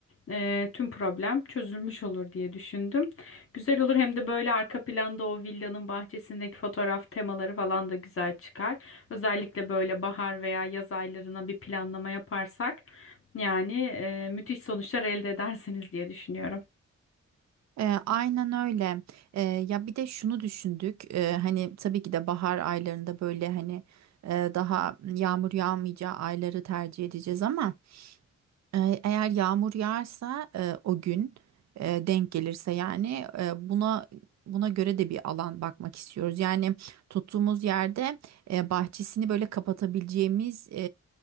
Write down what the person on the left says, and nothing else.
e, tüm problem çözülmüş olur diye düşündüm. Güzel olur hem de böyle arka planda o villanın bahçesindeki fotoğraf temaları falan da güzel çıkar. Özellikle böyle bahar veya yaz aylarına bir planlama yaparsak. Yani e, müthiş sonuçlar elde edersiniz diye düşünüyorum.